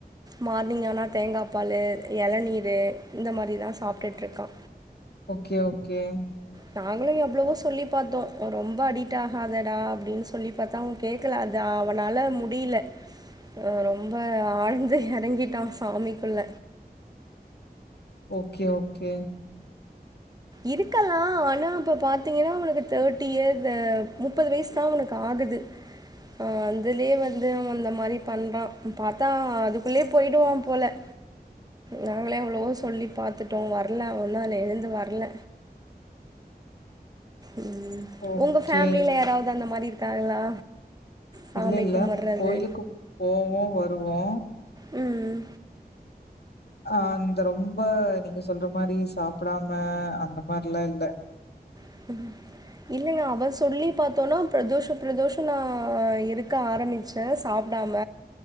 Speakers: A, on the right; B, on the left.
A: மார்னிங் ஆனா தேங்காப்பாலு இளநீரு இந்த மாதிரி தா சாயட்டுருக்கா
B: ஓகே ஓகே
A: நாங்களு எவ்வளவோ சொல்லி பாத்தோ ரொம்ப அடிட் ஆகாதடா அப்ங்டின்னு சொல்லி பாத்த உங் கேக்கல அது அவனால முடியல ஆ ரொம்ப ஆழ்ந்த இறங்கிட்டா சாமிக்குள்ள
B: ஓகே ஓகே
A: இருக்கலா ஆனா இப்ப பாத்தீங்னா அவக்கு தேர்ட்டி இயர் மு முப்பது வயசு தா அவனுக்கு ஆகுது ஆ அதுலயே வந்து அந்த மாதிரி பண்ணுறா பாத்தா அதுக்குள்ளேயே போயிடுவா போல நாங்களே எவ்ளவோ சொல்லி பாத்துட்டோ வர்ல அவன்தா இன்னு எழுந்து வர்ல உம்
B: ஓகே
A: உங்க ஃபேமிலில யாராவது அந்த மாதிரி இருக்காங்களா சாமி
B: இல்ல இல்ல
A: கும்பிட்றது.
B: கோயிலுக்கு போவோ வருவோ
A: ம்ம்
B: அ இந்த ரொம்ப நீங்க சொல்ற மாதிரி சாப்டாம அந்த மாதிரல்லா இல்ல
A: <unintelligible> இல்லங்க அவ சொல்லி பாத்தோன்னா பிரதோஷ பிரதோஷ நா இருக்க ஆரம்பிச்சி முட்ட சாப்டாம